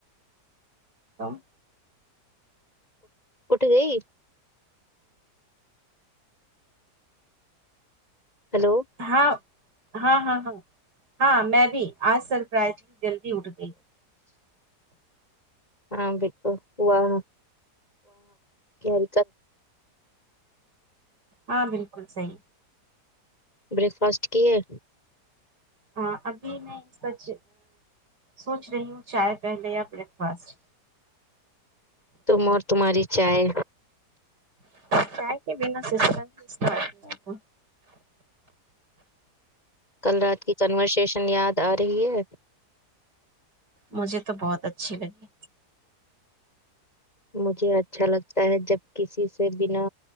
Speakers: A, on the right; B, on the left.
A: ہمم
B: اٹ گئی ہلو
A: ہاں ہاں ہاں ہاں ہاں میں بھی آج سرپرائز لی جلدی اٹھ گئی
B: ہاں بالکل واہ وکل
A: ہاں بالکل صحی
B: بریک فاسٹ کی ہے
A: ہاں ا میں یہ سچ سوچ رہی ہوں چاہے پہلے اب بریکفاسٹ
B: تو م اور تماری ہی چائے
A: کیاائے کے بنا سسٹم اس نہیں
B: کل رات کی کنورسیشن یاد آ رہی ہے
A: مجھے تو بہت اچھی لگی
B: مجھے اچھا لگتا ہے جب کسی سے بنا